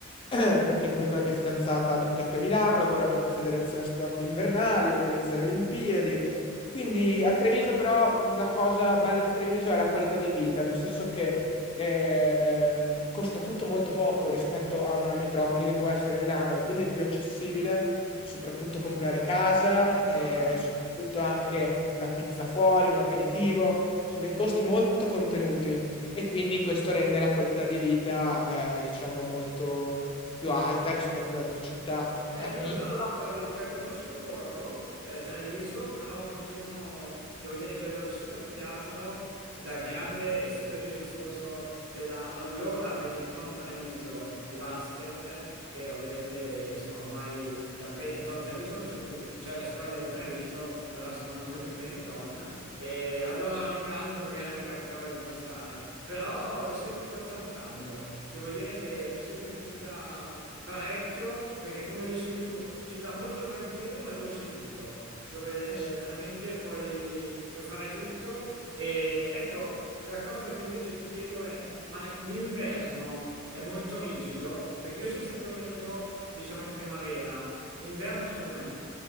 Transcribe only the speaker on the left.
<clears throat> perché comunque la mia fidanzata abita qui a Milano, lavora per una federazione sport invernali, organizza le Olimpiadi. Quindi a Treviso però mh, la cosa bella di Treviso è la qualità di vita, nel senso che ehm, costa tutto molto poco rispetto a una metropoli che può essere Milano e quindi è più accessibile soprattutto comprare casa, eh,
soprattutto anche una pizza fuori, un aperitivo, sono dei costi molto contenuti e quindi questo rende la qualità di vita eh, diciamo molto più alta rispetto ad altre città,
è
piccola,
ma,
sì.
Eh sì.